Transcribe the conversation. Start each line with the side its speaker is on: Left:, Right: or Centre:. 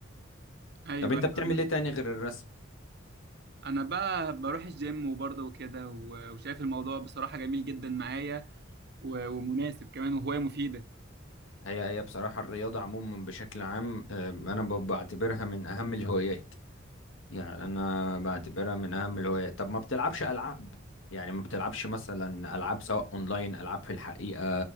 Right: ايوه
Left: طب انت
Right: ايوه
Left: بتعمل
Right: انا
Left: ايه تاني غير الرسم
Right: أنا بقى بروح الجيم وبرضه وكده و... وشايف الموضوع بصراحة جميل جدا معايا و... ومناسب كمان وهواية مفيدة
Left: هي هي بصراحة الرياضة عموما بشكل عام آه، أنا ب- بعتبرها من أهم الهوايات يعني أنا بعتبرها من أهم الهوايات طب ما بتلعبش ألعاب يعني ما بتلعبش مثلا ألعاب سواء أونلاين ألعاب في الحقيقة